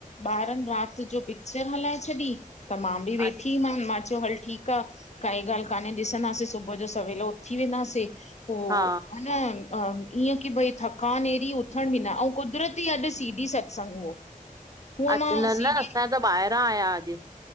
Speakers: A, on the left (about 50°); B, on the right (about 25°).
A: ॿारनि राति जो पिक्चर हलाए छॾी, त मा बि वेठी
B: अ-
A: मान मां चयो हल ठीकु आ, काई ॻाल्हि कोान्हे ॾिसंदासे सुबुह जो सवेल उथी वेंदासे। पोइ
B: हा
A: हन ईअं कि भई थकान अहिड़ी उथण बि न ऐं कुदिरत दी अॼु सी डी सतसंग हो, हूअं
B: अच
A: मा
B: न
A: सी
B: न
A: डी
B: असां त ॿाहिरां आया अॼु,